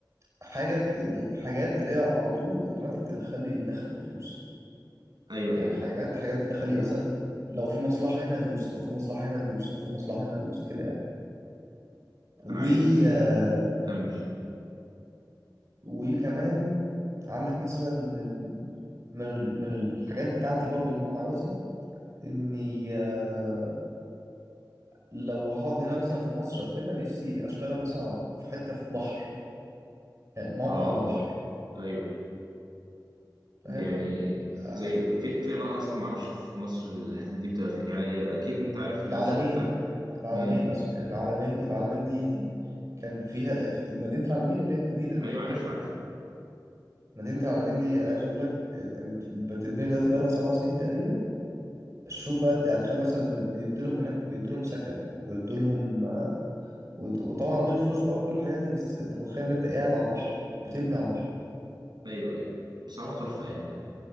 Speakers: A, on the right; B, on the right.
A: حاجة ت- حاجات اللي هي على طول أوتوماتيك تدخل لي دخل وفلوس
B: ايوه
A: يعني
B: ايوه
A: حاجات حاجات تدخل لي مثلا لو في مصلحة هنا أدوس لو في مصلحة هنا أدوس لو في مصلحة هنا أدوس كده يعني
B: انا عايز
A: و آه،
B: كمل
A: وكمان عندك مثلا ال- من ال- من الحاجات بتاعتي برضو اللي أنا عاوزها إني آه، لو هقعد هنا مثلا في مصر أو كده نفسي أشتغل مثلا في حتة في بحر يعني موقع
B: اه
A: على بحر
B: ايوه
A: فاهم
B: يعني
A: حت-
B: زي في في انا اصلا ما اعرفش في مصر الحتت دي بتبقى في يعني اكيد انت عارف الشغل
A: العالمين
B: بتاعك
A: العالمين
B: امم
A: مثلا يعني العالمين العالمين دي دي كان فيها في مدينة العالمين اللي هي الجديدة اللي
B: ايوه
A: بتتبني
B: عارفها عارفها
A: مدينة العالمين دي أنا عايز أقول لك كانت بتتبني دلوقتي بقى لها سبع سنين تقريبا شوف بقى يعني تخيل مثلا بيدوا لهم هناك بيدوا لهم سكن وبيدوا لهم وط- وطبعا غير فلوس بقى وكل الحاجات دي بس أنت متخيل إن أنت قاعد على البحر بتبني على البحر
B: ايوه ايوه بصراحه تحفه يعني